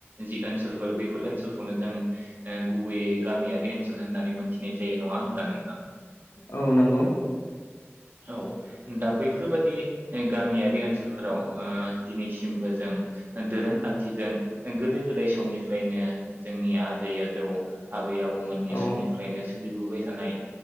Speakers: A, on the right (about 45°); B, on the left (about 80°).
A: जि ओनसोलफोर बैफोर ओनसोलखौनो जों ओ गुबैयै गामियारि ओनसोल होननानै मोनथिनाय जायो नङा होमब्ला नोंथां?
B: औ नोंगौ।
A: औ दा बैफोरबादि गामियारि ओनसोलफोराव ओ दिनैसिमबो जों दोरोंखान्थिजों गोदो गोदाय समनिफ्रायनो जोंनि आजै आजौ आ बै आबौमोननि
B: औ
A: समनिफ्रायनो सोलिबोबाय थानाय